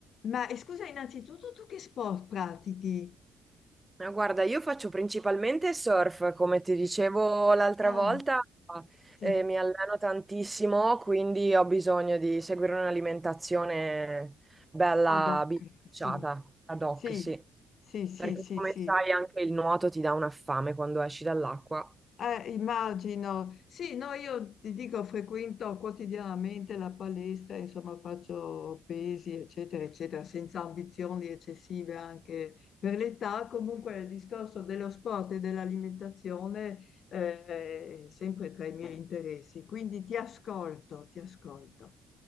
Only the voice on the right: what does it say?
Ma guarda, io faccio principalmente surf, come ti dicevo l'altra
volta,
eh, mi alleno tantissimo, quindi ho bisogno di seguire un'alimentazione bella
bilanciata,
ad hoc,
sì.
Perché
come
sai anche il nuoto ti dà una fame quando esci dall'acqua.